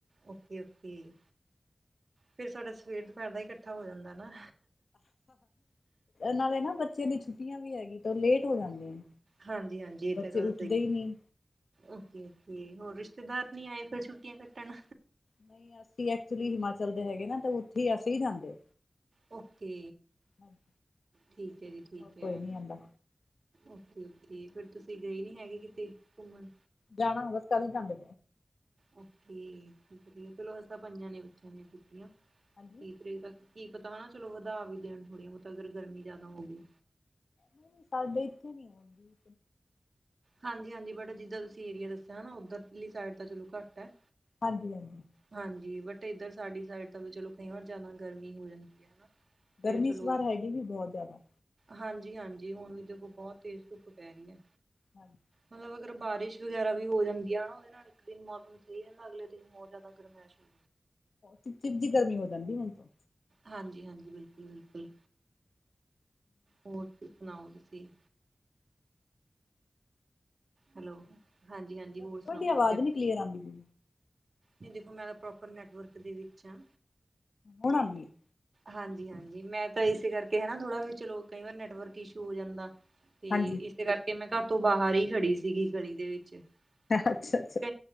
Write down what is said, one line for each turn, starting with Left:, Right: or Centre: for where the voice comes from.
Right: ਓਕੇ ਓਕੇ ਫਿਰ ਸਾਡਾ ਸਵੇਰ ਦੁਪਹਿਰ ਦਾ ਹੀ ਇਕੱਠਾ ਹੋ ਜਾਂਦਾ ਨਾ
Left: ਨਾਲੇ ਨਾ ਬੱਚੇ ਦੀ ਛੁੱਟੀਆਂ ਵੀ ਹੈਗੀ ਤਾਂ ਉਹ ਲੇਟ ਹੋ ਜਾਂਦੇ ਨੇ
Right: ਹਾਂਜੀ ਹਾਂਜੀ ਇਹ
Left: ਬੱਚੇ
Right: ਤਾਂ ਗੱਲ
Left: ਉੱਠਦੇ
Right: ਸਹੀ
Left: ਹੀ ਨਹੀਂ
Right: ਓਕੇ ਓਕੇ ਹੋਰ ਰਿਸ਼ਤੇਦਾਰ ਨੀ ਆਏ ਫਿਰ ਛੁੱਟੀਆਂ ਕੱਟਣ
Left: ਨਹੀਂ ਅਸੀਂ ਐਕਚੁਲੀ ਹਿਮਾਚਲ ਦੇ ਹੈਗੇ ਨਾ ਤਾਂ ਉੱਥੇ ਹੀ ਅਸੀਂ ਜਾਂਦੇ
Right: ਓਕੇ
Left: ਹਾਂਜੀ
Right: ਠੀਕ ਹੈ ਜੀ ਠੀਕ
Left: ਹੋਰ
Right: ਹੈ
Left: ਕੋਈ ਨੀ ਆਂਦਾ
Right: ਓਕੇ ਓਕੇ ਫਿਰ ਤੁਸੀਂ ਗਏ ਨੀ ਹੈਗੇ ਕਿਤੇ ਘੁੰਮਣ
Left: ਜਾਣਾ ਹੋਗਾ ਚੱਲ ਹੀ ਜਾਂਦੇ
Right: ਓਕੇ ਠੀਕ ਹੈ ਠੀਕ ਹੈ ਚਲੋ ਹੱਸ ਤ ਤਾਂ ਪੰਜਾਂ ਨੇ ਵਿੱਚਿਆਂ ਨੇ ਕੀਤੀਆਂ
Left: ਹਾਂਜੀ
Right: ਤੀਹ ਤਰੀਕ ਤੱਕ <unintelligible> ਕੀ ਪਤਾ ਹਨਾ ਚਲੋ ਵਧਾ ਵੀ ਦੇਣ ਥੋੜ੍ਹੀਆਂ ਬਹੁਤ ਅਗਰ ਗਰਮੀ ਜ਼ਿਆਦਾ ਹੋਵੇ
Left: ਨਹੀਂ ਸਾਡੇ ਇੱਥੇ ਨੀ ਹੁੰਦੀ
Right: ਹਾਂਜੀ ਹਾਂਜੀ ਬਟ ਜਿੱਦਾਂ ਤੁਸੀਂ ਏਰੀਆ ਦੱਸਿਆ ਨਾ ਉੱਧਰ ਸਾਈਡ ਤਾਂ ਚਲੋ ਘੱਟ ਹੈ
Left: ਹਾਂਜੀ ਹਾਂਜੀ
Right: ਹਾਂਜੀ ਬਟ ਇੱਧਰ ਸਾਡੀ ਸਾਈਡ ਤਾਂ ਵੀ ਚਲੋ ਕਈ ਵਾਰ ਜਿਆਦਾ ਗਰਮੀ ਹੋ ਜਾਂਦੀ ਹੈ ਹਨਾ ਫੇਰ
Left: ਗਰਮੀ
Right: ਚਲੋ
Left: ਇਸ ਵਾਰ ਹੈਗੀ ਵੀ ਬਹੁਤ ਜ਼ਿਆਦਾ
Right: ਹਾਂਜੀ ਹਾਂਜੀ ਹੁਣ ਵੀ ਦੇਖਲ ਬਹੁਤ ਤੇਜ਼ ਧੁੱਪ ਪੈ ਰਹੀ ਹੈ
Left: ਹਾਂਜੀ
Right: ਮਤਲਬ ਅਗਰ ਬਾਰਿਸ਼ ਵਗੈਰਾ ਵੀ ਹੋ ਜਾਂਦੀ ਹੈ ਨਾ ਉਹਦੇ ਨਾਲ ਇੱਕ ਦਿਨ ਮੌਸਮ ਸਹੀ ਰਹਿੰਦਾ ਅਗਲੇ ਦਿਨ ਹੋਰ ਜ਼ਿਆਦਾ ਗਰਮੈਸ਼ੁੰ
Left: ਚਿਪ ਚਿਪੀ ਜੀ ਗਰਮੀ ਹੋ ਜਾਂਦੀ ਹੁਣ ਤੋਂ
Right: ਹਾਂਜੀ ਹਾਂਜੀ ਬਿਲਕੁਲ ਬਿਲਕੁਲ ਹੋਰ ਤੁਸ ਸੁਣਾਓ ਠੀਕ ਹੈਲੋ ਹਾਂਜੀ ਹਾਂਜੀ
Left: ਤੁਹਾਡੀ
Right: ਹੋਰ ਸੁਣਾਓ
Left: ਆਵਾਜ਼
Right: ਮੈਂ ਕਿਹਾ
Left: ਨੀ ਕਲੀਅਰ ਆਦੀ ਪੀ
Right: ਨਹੀਂ ਦੇਖੋ ਮੈਂ ਤਾਂ ਪ੍ਰੋਪਰ ਨੈਟਵਰਕ ਦੇ ਵਿੱਚ ਹਾਂ
Left: ਹੁਣ ਆਉਂਦੀ ਹੈ
Right: ਹਾਂਜੀ ਹਾਂਜੀ ਮੈਂ ਤਾਂ ਇਸੇ ਕਰਕੇ ਹਨਾ ਥੋੜਾ ਵੀ ਚਲੋ ਕਈ ਵਾਰ ਨੈਟਵਰਕ ਇਸ਼ੂ ਹੋ ਜਾਂਦਾ ਤੇ
Left: ਹਾਂਜੀ
Right: ਇਸਦੇ ਕਰਕੇ ਮੈਂ ਘਰ ਤੋਂ ਬਾਹਰ ਹੀ ਖੜੀ ਸੀਗੀ ਗਲੀ ਦੇ ਵਿੱਚ ਕ
Left: ਅੱਛਾ ਅੱਛਾ